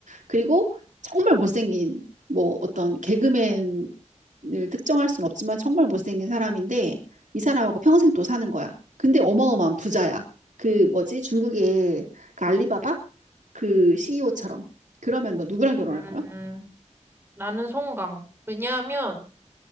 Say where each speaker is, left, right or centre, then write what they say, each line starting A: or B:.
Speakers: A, on the right (about 75°); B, on the right (about 20°).
A: 그리고 정말 못생긴 뭐 어떤 개그맨 을 특정할 수는 없지만 정말 못생긴 사람인데 이 사람하고 평생 또 사는 거야. 근데 어마어마한 부자야. 그 뭐지? 중국의 그 알리바바 그 CEO처럼. 그러면 너 누구랑 결혼할
B: 음,
A: 거야?
B: 나는 송강. 왜냐하면,